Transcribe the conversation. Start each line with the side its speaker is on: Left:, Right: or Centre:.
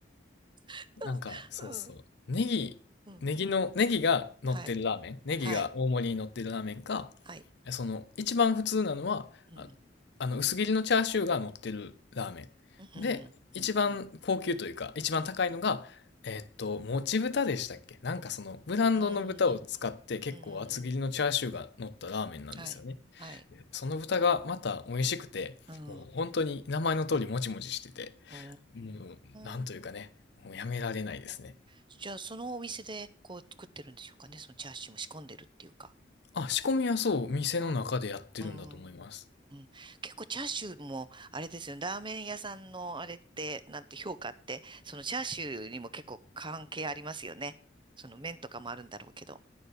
Right: <laughs>
Left: なんか、そうそう。
Right: うん、
Left: ネギ、
Right: うん、
Left: ネギの、ネギが乗ってるラーメン、
Right: はい、
Left: ネギが大盛りに乗ってるラーメンか、
Right: はい、はい。
Left: その、一番普通なのは、
Right: うん、
Left: あ、あの、薄切りのチャーシューが乗ってるラーメ
Right: うん、うん。
Left: ン。で、一番高級というか、
Right: うん
Left: 一番高いのが、
Right: うん、
Left: えっと、もち豚でしたっけなんかその、ブランドの豚を使って結構厚切りのチャーシューが乗ったラーメンなんですよね。
Right: うん、うん、うん、はい、はい、
Left: でその豚がまた美味しくて、
Right: うん、
Left: もう本当に名前の通りもちもちしてて、
Right: うー
Left: もう、なんというかね、
Right: ん。
Left: もうやめられないですね。
Right: じゃあ、そのお店でこう作ってるんでしょうかね、そのチャーシューも仕込んでるっていうか。
Left: あ、仕込みはそう、店の中でやってるんだと思います。
Right: うん、うん、うん。結構チャーシューも、あれですよね、ラーメン屋さんのあれって、なんて評価って、そのチャーシューにも結構関係ありますよね。その麺とかもあるんだろうけど。